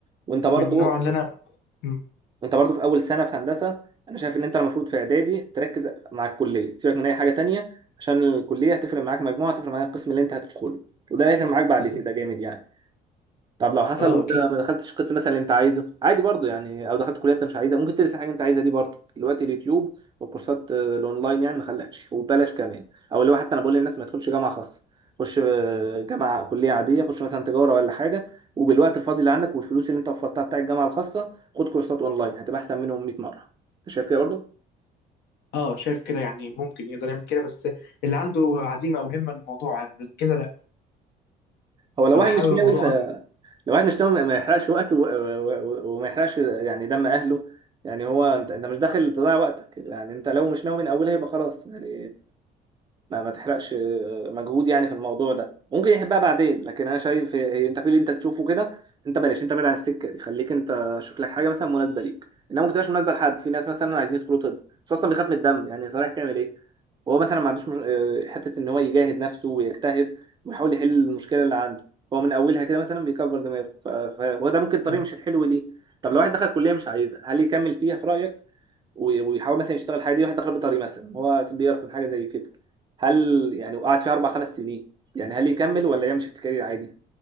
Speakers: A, on the right; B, on the left.
A: وانت برضو
B: من النوع اللي انا مم.
A: وانت برضو في اول سنه في هندسه انا شايف ان انت المفروض في اعدادي تركز مع الكليه سيبك من اي حاجه تانية عشان الكليه هتفرق معاك مجموعه هتفرق معاك القسم اللي انت هتدخله وده هيفرق معاك بعد
B: بالظبط
A: كده جامد يعني طب لو حصل
B: اه
A: وانت
B: اكيد
A: ما دخلتش قسم مثلا اللي انت عايزه عادي برضو يعني او دخلت كليه انت مش عايزها ممكن ترسم حاجه انت عايزها دي برضو دلوقتي اليوتيوب والكورسات آه، الاونلاين يعني ما خلقش وببلاش كمان او اللي هو حتى انا بقول للناس ما تدخلش جامعه خاصه خش آه، جامعه كليه عاديه خش مثلا تجاره ولا حاجه وبالوقت الفاضي اللي عندك والفلوس اللي انت وفرتها بتاع الجامعه الخاصه خد كورسات اونلاين هتبقى احسن منهم 100 مره انت شايف كده برضو
B: اه شايف كده يعني ممكن يقدر يعمل كده بس اللي عنده عزيمه او همه للموضوع غير كده لا
A: هو لو
B: او
A: واحد
B: حابب
A: مش ناوي
B: الموضوع
A: الواحد مش ناوي ما يحرقش وقته و- و- و- وما يحرقش يعني دم اهله يعني هو انت انت مش داخل تضيع وقتك يعني انت لو مش ناوي من اولها يبقى خلاص يعني ما, ما تحرقش آه، مجهود يعني في الموضوع ده ممكن يحبها بعدين لكن انا شايف آه، إيه، انت في اللي انت تشوفه كده انت بلاش انت بعيد عن السكه دي خليك انت شوف لك حاجه مثلا مناسبه ليك انما ممكن تبقاش مناسبه لحد في ناس مثلا عايزين يدخلوا طب بس اصلا بيخاف من الدم يعني صحيح تعمل ايه وهو مثلا ما عندوش مش... آه، حته ان هو يجاهد نفسه ويجتهد ويحاول يحل المشكله اللي عنده هو من اولها كده مثلا بيكبر دماغه ف... فهو ده ممكن طريق
B: اكتر
A: مش الحلو ليه طب لو واحد دخل كليه مش عايزها هل يكمل فيها في رايك وي- ويحاول مثلا يشتغل الحاجه دي واحد دخل بيطري مثلا هو كان بيعرف من حاجه زي كده هل يعني وقعد فيها اربع خمس سنين يعني هل يكمل ولا يمشي في كارير عادي